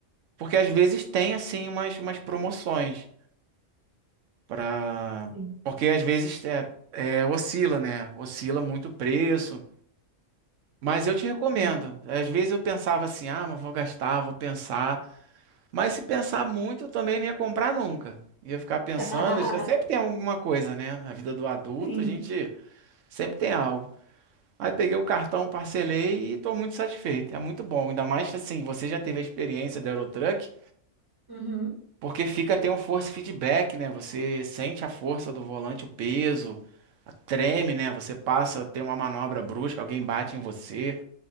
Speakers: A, on the right (about 75°); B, on the right (about 20°).
A: Porque às vezes tem assim umas, umas promoções para,
B: Sim,
A: porque às vezes é, é, oscila, né? Oscila muito o preço. Mas eu te recomendo.
B: Sim. sim.
A: Às vezes eu pensava assim, ah, mas vou gastar, vou pensar. Mas se pensar muito, eu também não ia comprar nunca. Ia ficar pensando,
B: <laughs>
A: sempre tem alguma coisa, né? Na vida do adulto,
B: Sim.
A: a gente sempre tem algo. Aí peguei o cartão, parcelei e tô muito satisfeito. É muito bom. Ainda mais assim, você já teve a experiência da Eurotruck,
B: Uhum.
A: porque fica, tem um force feedback, né? Você sente a força do volante, o peso, a- treme, né? Você passa, tem uma manobra brusca, alguém bate em você,